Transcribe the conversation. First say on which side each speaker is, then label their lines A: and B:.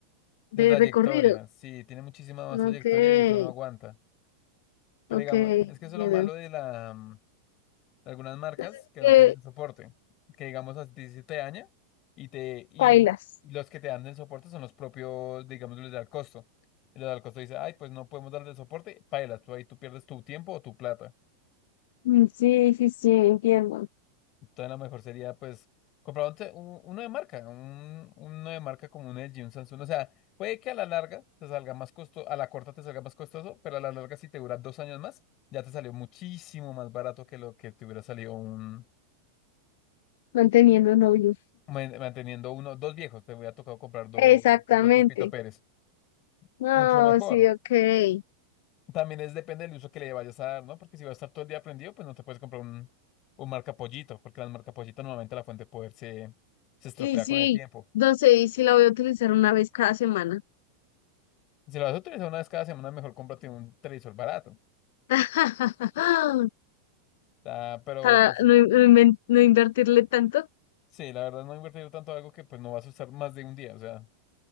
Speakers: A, on the left; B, on the left.
A: de
B: de trayectoria.
A: recorrido,
B: Sí, tiene muchísima más
A: no
B: trayectoria
A: que,
B: y esto no aguanta. Pero
A: no
B: digamos, es que eso es
A: bueno.
B: lo malo de la, mm, de algunas marcas
A: Entonces,
B: que
A: que
B: no tienen soporte. Que digamos a ti se te daña y te, y,
A: bailas.
B: y los que te dan el soporte son los propios, digamos, los del costo. Y los del costo dice, ay, pues no podemos darle soporte, pailas, tú ahí tú pierdes tu tiempo o tu plata.
A: Mm, Sí, sí, sí, entiendo.
B: Entonces, lo mejor sería, pues, comprar un te- un- uno de marca, un, uno de marca como un LG, un Samsung. O sea, puede que a la larga te salga más costoso, a la corta te salga más costoso, pero a la larga, si te dura dos años más, ya te salió muchísimo más barato que lo que te hubiera salido un,
A: Manteniendo novio.
B: man- manteniendo uno, dos viejos. Te hubiera tocado comprar dos,
A: Exactamente.
B: dos Pepito Pérez.
A: No,
B: Mucho mejor.
A: sí, ok.
B: También es depende del uso que le vayas a dar, ¿no? Porque si vas a estar todo el día prendido, pues no te puedes comprar un, un marca pollito, porque las marca pollito normalmente la fuente de poder se, se estropea
A: Y sí,
B: con el tiempo.
A: no sé, y si la voy a utilizar una vez cada semana.
B: Si lo vas a utilizar una vez cada semana, mejor cómprate un televisor barato.
A: <laughs>
B: ¿sí? Ah, pero
A: Para
B: pues
A: no, no inven- no invertirle tanto.
B: sí, la verdad no he invertido tanto en algo que pues no vas a usar más de un día. O sea,